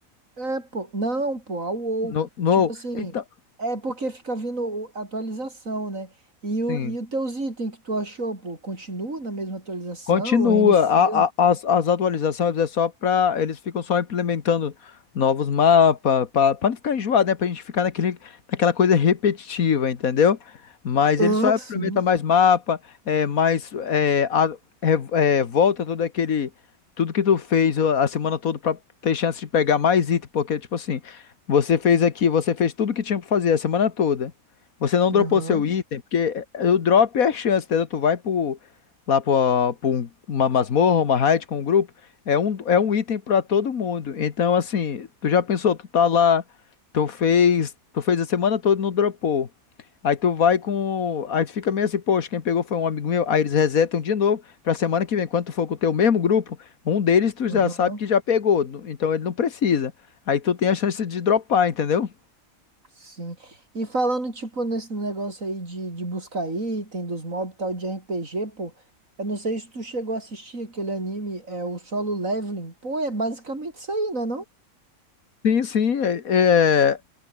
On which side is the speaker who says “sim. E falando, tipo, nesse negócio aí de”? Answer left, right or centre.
Right